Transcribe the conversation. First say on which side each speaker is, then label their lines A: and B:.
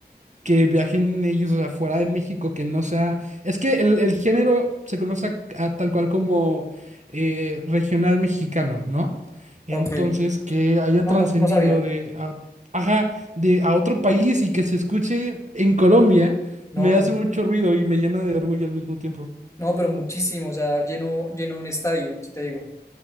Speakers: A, on the right (about 45°); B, on the left (about 15°).
A: que viajen ellos, o sea, fuera de México, que no sea... Es que el, el género se conoce a- a tal cual como eh, regional mexicano, ¿no? Entonces,
B: Ok,
A: que haya
B: no,
A: trascendido
B: no, no sabía.
A: de, a, ajá, de a otro país y que se escuche en Colombia,
B: No,
A: me hace mucho ruido y me llena de orgullo al mismo tiempo.
B: no, pero muchísimo, o sea, lleno, lleno un estadio, si te digo.